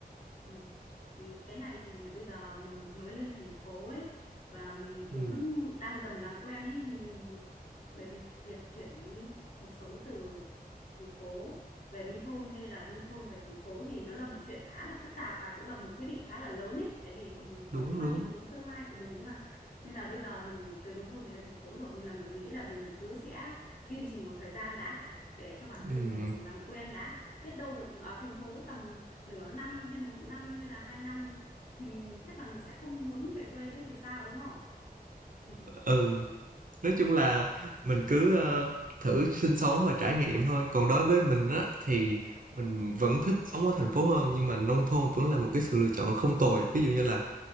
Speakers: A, on the left; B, on the right.
A: Ừ. Ừ, Cái này thì bây giờ mình mới lên thành phố ấy và mình cũng
B: ừ,
A: đang dần làm quen ấy mình bởi vì việc chuyển cuộc sống từ thành phố về nông thôn hay là nông thôn về thành phố thì nó là một chuyện khá là phức tạp và cũng là một quyết định khá là lớn ấy tại vì còn,
B: đúng
A: còn liên quan
B: đúng
A: định hướng tương lai của mình nữa mà nên là bây giờ mình từ nông thôn chuyển lên thành phố rồi nên là mình nghĩ là mình cứ sẽ kiên trì một thời gian đã để cho bản
B: ừ,
A: thân mình làm quen đã biết đâu được ở thành phố tầm nửa năm hay một năm hay là hai năm mình chắc là mình sẽ không muốn về quê nữa thì sao đúng không? <laughs>
B: ừ nói chung là mình cứ ờ, thử sinh sống và trải nghiệm thôi còn đối với mình á thì mình vẫn thích sống ở thành phố hơn nhưng mà nông thôn vẫn là một cái sự lựa chọn không tồi ví dụ như là